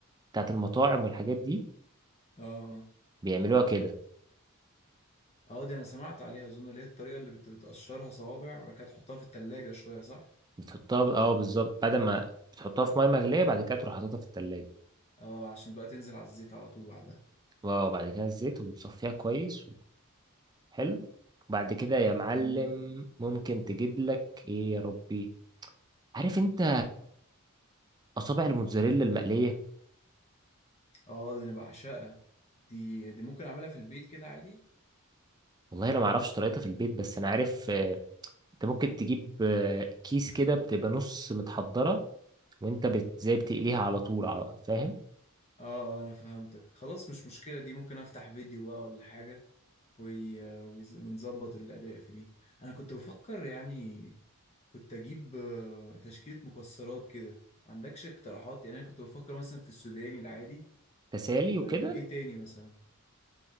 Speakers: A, on the right; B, on the left.
A: بتاعت المطاعم والحاجات دي
B: اه اه.
A: بيعملوها كده
B: اه دي انا سمعت عليها اظن اللي هي الطريقه اللي بت- بتقشرها صوابع وبعد كده تحطها في التلاجة شويه صح
A: بتحطها اه بالظبط بعد ما بتحطها في مية مغلية بعد كده تروح حاططها في التلاجة
B: اه عشان بقى تنزل على الزيت على طول بعدها
A: وبعد كده الزيت وتصفيها كويس حلو بعد كده يا معلم
B: تمام
A: ممكن تجيب لك ايه يا ربي عارف انت اصابع الموتزاريلا المقليه
B: اه دي انا بعشقها دي دي ممكن اعملها في البيت كده عادي
A: والله انا ما اعرفش طريقتها في البيت بس انا عارف آه، انت ممكن تجيب آه، كيس كده بتبقى نص متحضره وانت بت... زي بتقليها على طول على فاهم
B: اه آه، انا فهمتك خلاص مش مشكله دي ممكن افتح فيديو بقى ولا حاجه وي... ويز- ونظبط الاداء في دي انا كنت بفكر يعني كنت اجيب آه، تشكيله مكسرات كده ما عندكش اقتراحات يعني انا كنت بفكر مثلا في السوداني العادي
A: تسالي
B: و...
A: وكده
B: وايه تاني مثلا